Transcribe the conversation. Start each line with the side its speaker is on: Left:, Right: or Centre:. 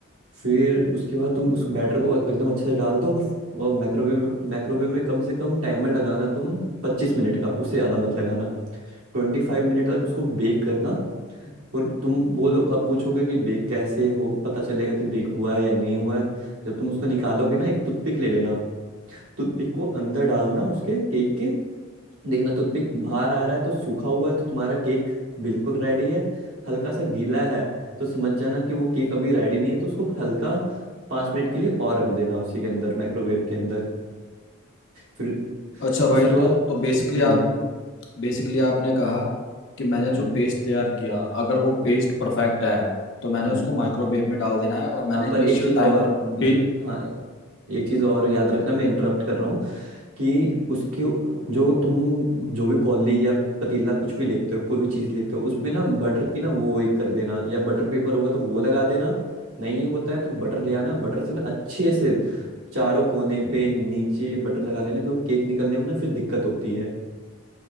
Right: फिर उसके बाद तुम उस बैटर को एकदम अच्छे से डाल दो और माइक्रोवेव माइक्रोवेव में कम से कम टाइमर लगाना तुम पच्चीस मिनट का उससे ज्यादा मत लगाना ट्वेंटी फाइव मिनट तक उसको बेक करना और तुम बोलो अब पूछोगे कि बेक कैसे हो पता चलेगा कि बेक हुआ है या नहीं हुआ है जब तुम उसको निकालोगे ना एक टूथपिक ले लेना टूथपिक को अंदर डालना उसके केक के देखना टूथपिक बाहर आ रहा है तो सूखा हुआ है तो तुम्हारा केक बिल्कुल रेडी है हल्का सा गीला है तो समझ जाना कि वो केक अभी रेडी नहीं है तो उसको हल्का पाँच मिनट के लिए और रख देना उसी के अंदर माइक्रोवेव के अंदर फिर
Left: अच्छा भाई
Right: उसके
Left: तो
Right: बाद
Left: तो बेसिकली आप
Right: हम्म
Left: बेसिकली आपने कहा कि मैंने जो
Right: हम्म
Left: पेस्ट तैयार किया अगर वो
Right: हम्म
Left: पेस्ट परफेक्ट है तो मैंने
Right: हम्म।
Left: उसको माइक्रोवेव में डाल देना है और
Right: हाँ
Left: मैंने इनिशियल
Right: पर एक चीज
Left: टाइमर
Right: और मैं
Left: भी
Right: हाँ एक चीज और याद रखना मैं इंटरप्ट कर रहा हूँ कि उसकी जो तुम जो भी कॉली या पतीला कुछ भी लेते हो कोई भी चीज लेते हो उसमें ना बटर की ना वो एक कर देना या बटर पेपर होगा तो वो लगा देना नहीं होता है तो बटर ले आना बटर से ना अच्छे से चारों कोने पे नीचे बटर लगा लेना क्योंकि केक निकलने में ना फिर दिक्कत होती है